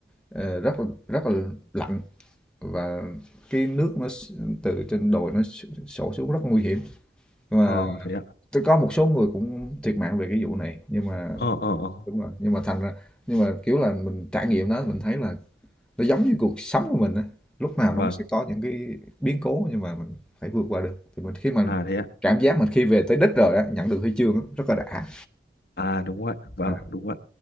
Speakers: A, in the centre; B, on the left.
A: ờ, rất là rất là lạnh và cái nước nó s- từ trên đồi nó s- sổ xuống rất nguy hiểm nhưng
B: Ờ
A: mà
B: thế ạ.
A: tôi có một số người cũng thiệt mạng về cái vụ này nhưng mà
B: Ờ ờ ờ.
A: đúng rồi nhưng mà thành ra nhưng mà kiểu là mình trải nghiệm đó mình thấy là nó giống như cuộc sống của mình á lúc nào
B: Vâng.
A: nó cũng sẽ có những cái biến cố nhưng mà mình phải vượt qua được thì mình khi mà
B: À thế ạ.
A: cảm giác mình khi về tới đích rồi á nhận được huy chương á, rất là đã
B: À đúng ạ, vâng,
A: à,
B: đúng ạ.